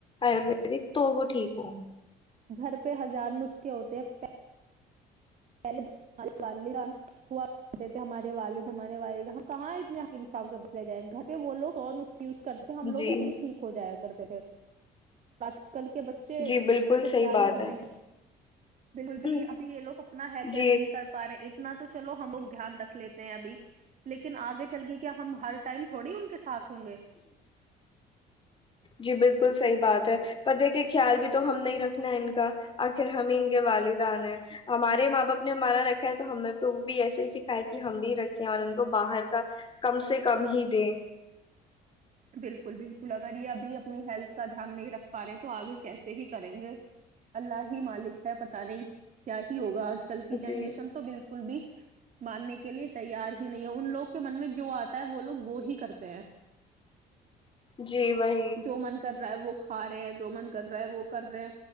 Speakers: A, on the left; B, on the right.
A: آیورویدک تو وہ ٹھیک ہو
B: گھر پہ ہزار نسخے <inaudible> کیا ہوتے ہیں <inaudible> پہلے جو ہمارے والدہ ہوا کہتے تھے ہمارے والد ہمارے والدہ کہاں اتنے اکیم صاح کے مسلے جائے گھر پہ بولو اور اس <inaudible> کرتے ہم لوگ
A: جی
B: ایسے ہی ٹھیک ہو جائےا <unintelligible> کرتے پھر سچ <inaudible> کل کے بچے
A: جی بالکل
B: تو کیا
A: صحیح بات
B: ہی بولے <inaudible> بالکل
A: ہے
B: بھی ابھی یہ لگ اپنا ہیل <inaudible> کیا
A: جی
B: نہیں کر پا رہے <inaudible> اتنا تو چلو ہم لوگ دھیان رکھ لیتے ہیں ابھی لیکن آگے چل گ کیا ہم ہر <inaudible> ٹائم تھوڑی ان کے ساتھ ہوں گے <inaudible>
A: جی بالکل صحیح بات ہے پ کہ خیال بھی تو ہم نہیں رکھنا ان کا آخر ہمیں ان کے والدان ہیں ہمارے ماں باپ نے ہمارا رکھا ہے تو ہمیں کو بھی ایسے ہی سکھایا کہ ہم بھی رکھیں اور ان کو باہر کا کم سے کم ہی دیں <inaudible>
B: بالکل بالکل اگر یہ ابھی اپنی ہیلتھ کا دھیان نہیں رکھ پا رہے تو آگے کیسے ہی کریں گے اللہ ہی مالک ہے پتہ نہیں کیا ہی ہوگا <inaudible> کل کی جنریشن
A: جی
B: تو بالکل بھی <unintelligible> ماننے کے لیے تیار ہی نہیں ہے ان لوگ کے من میں جو آتا ہے وہ لوگ وہ ہی کرتے ہیں
A: جی وہی <inaudible>
B: جو من کر رہا وہ کھا رہے ہیں جو من کر رہا ہے وہ کر رہے ہیں